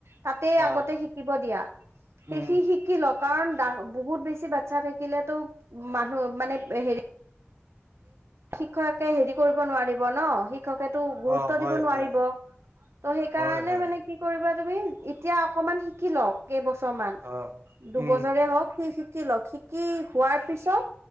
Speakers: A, on the right; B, on the right.
A: তাতেই আগতে
B: আহ
A: শিকিব দিয়া সেই
B: উম
A: সি শিকি লওক। কাৰণ বহুত বেছি বাচ্ছা থাকিলেতো মানুহ মানে হেৰি শ্ষকে <unintelligible> হেৰি কৰিব নোৱাৰিব ন শিক শিক্ষকেতো গুৰুত্ব
B: অ হয়
A: দিব নোৱাৰিব
B: হয়
A: ত' সেইকাৰণে
B: হয় হয়
A: মানে কি কৰিব তুমি এতিয়া অকমান শিকি ল কেইবছৰ মান
B: অ
A: দুবছৰে
B: উম
A: হওক সেই শিকি লওক কি হোৱাৰ পিছত